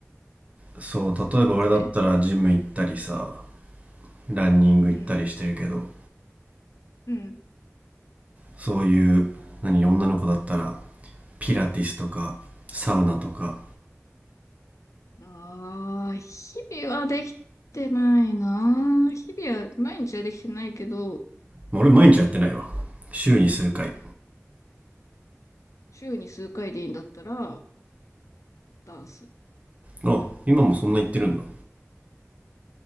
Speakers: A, on the right; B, on the left.
A: そう、
B: スポーツで。
A: 例えば俺だったらジム行ったりさ、ランニング行ったりしてるけど、
B: うん。うん。
A: そういう、何、女の子だったら、ピラティスとか、サウナとか、
B: ああ、日々はできてないな。日々は、毎日はできてないけど、
A: まあ俺毎日やってないわ。週に数回。
B: 週に数回でいいんだったら、ダンス。
A: あ、今もそんな言ってるんだ。